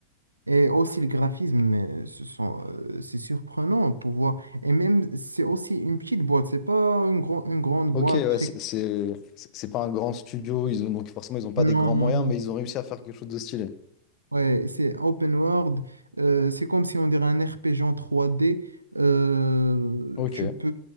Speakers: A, on the right (about 80°); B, on the left (about 40°).
A: Et aussi le graphisme, mais ce sont, euh, c'est surprenant pour voir. Et même, c'est aussi une petite boîte, c'est pas une, gro- une grande
B: Ok,
A: boîte
B: ouais,
A: très...
B: c'est c'est- c'est pas un grand studio, ils ont, donc forcément ils ont pas des
A: Non,
B: grands moyens,
A: non, non.
B: mais ils ont réussi à faire quelque chose de stylé.
A: Ouais, c'est open world. euh, c'est comme si on dirait un RPG en 3D. euh,
B: Ok,
A: tu peux